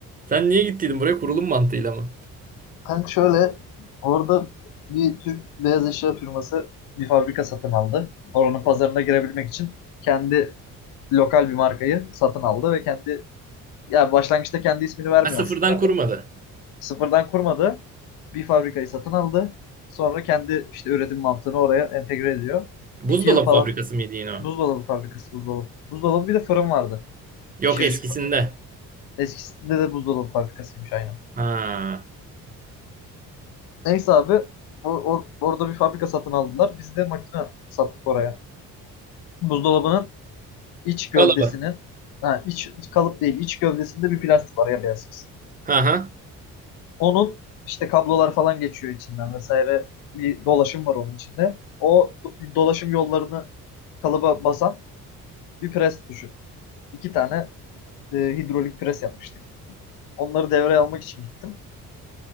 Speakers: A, on the right; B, on the left.
A: Sen niye gittiydin buraya kurulum mantığıyla mı?
B: Kanka şöyle orada bir Türk beyaz eşya firması bir fabrika satın aldı. Oranın pazarına girebilmek için kendi lokal bir markayı satın aldı ve kendi ya başlangıçta kendi ismini vermiyor
A: Ha sıfırdan
B: aslında.
A: kurmadı.
B: Sıfırdan kurmadı. Bir fabrikayı satın aldı. Sonra kendi işte üretim mantığını oraya entegre ediyor.
A: Buzdolabı
B: İki yıl falan
A: fabrikası mıydı yine o?
B: Buzdolabı fabrikası buzdolabı. Buzdolabı bir de fırın vardı.
A: Yok
B: Pişirici
A: eskisinde.
B: fabrikası. Eskisinde de buzdolabı fabrikasıymış aynen.
A: Ha.
B: Neyse abi o, o- orada bir fabrika satın aldılar. Biz de makine sattık oraya. Buzdolabının iç gövdesinin
A: Kalaba.
B: ha, iç, iç kalıp değil iç gövdesinde bir plastik var ya beyaz kısım.
A: Ha ha.
B: Onun işte kablolar falan geçiyor içinden vesaire bir dolaşım var onun içinde. O do- dolaşım yollarını kalıba basan bir pres düşün. İki tane e, hidrolik pres yapmıştık. Onları devreye almak için gittim.